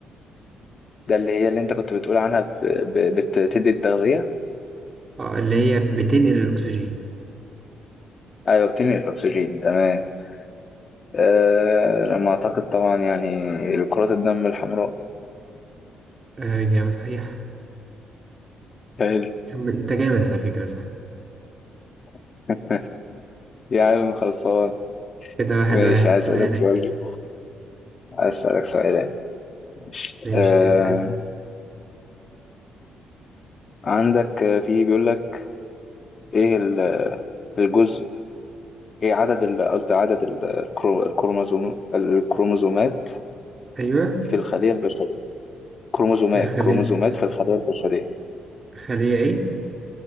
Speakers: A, on the left; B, on the right.
A: ده اللي هي اللي انت كنت بتقول عنها ب... ب... بت- بتدي التغذية
B: اه اللي هي بتنقل الأكسجين
A: ايوه بتنقل الاكسجين تمام آه لما اعتقد طبعا يعني كرات الدم الحمراء
B: آه إجابة صحيحة
A: حلو
B: طب أنت جامد على فكرة صح
A: <laughs> يا عم خلصان
B: كده واحد
A: ماشي
B: واحد
A: هسألك
B: سؤالك
A: سؤال هسألك سؤال ماشي
B: ماشي
A: آه
B: اسأل
A: عندك آه، في بيقول لك ايه ال- الجزء ايه عدد ال- قصدي عدد ال- الكرو- الكروموزوم الكروموزومات
B: أيوة
A: في الخلية البشرية كروموزومات
B: الخلية
A: كروموزومات في الخلية البشرية
B: الخلية إيه